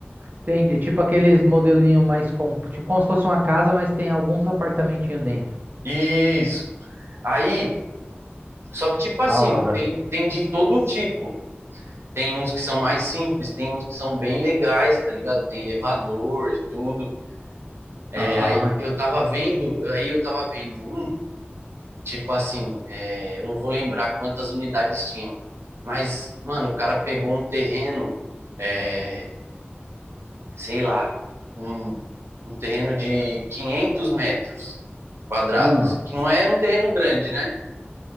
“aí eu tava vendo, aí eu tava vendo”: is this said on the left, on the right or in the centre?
Right